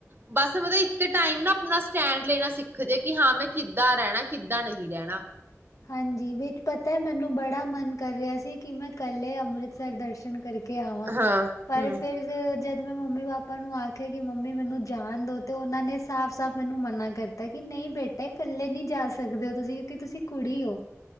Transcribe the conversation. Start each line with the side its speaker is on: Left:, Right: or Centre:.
Right: ਬਸ ਮਤਲਬ ਇੱਕ ਟਾਈਮ ਨਾ ਆਪਣਾ ਸਟੈਂਡ ਲੈਣਾ ਸਿੱਖ ਜੇ ਕਿ ਹਾਂ ਮੈਂ ਕਿੱਦਾਂ ਰਹਿਣਾ ਕਿੱਦਾਂ ਨਹੀਂ ਰਹਿਣਾ
Left: ਹਾਂਜੀ ਵਿੱਚ ਪਤਾ ਮੈਨੂੰ ਬੜਾ ਮਨ ਕਰ ਰਿਹਾ ਸੀ ਕਿ ਮੈਂ ਇਕੱਲੇ ਅੰਮ੍ਰਿਤਸਰ ਦਰਸ਼ਨ ਕਰਕੇ ਕੇ ਆਵਾਂ
Right: ਹਾਂ
Left: ਪਰ
Right: ਹਮ
Left: ਫਿਰ ਜਦ ਮੈਂ ਮੰਮੀ ਪਾਪਾ ਨੂੰ ਆਖਿਆ ਕਿ ਮੰਮੀ ਮੈਨੂੰ ਜਾਣ ਦੋ ਤੇ ਉਹਨਾਂ ਨੇ ਸਾਫ਼ ਸਾਫ਼ ਮੈਨੂੰ ਮਨਾ ਕਰਤਾ ਕਿ ਨਹੀਂ ਬੇਟਾ ਇਕੱਲੇ ਨਹੀਂ ਜਾ ਸਕਦੇ ਹੋ ਤੁਸੀਂ ਕਿਉਂਕਿ ਤੁਸੀਂ ਕੁੜੀ ਓ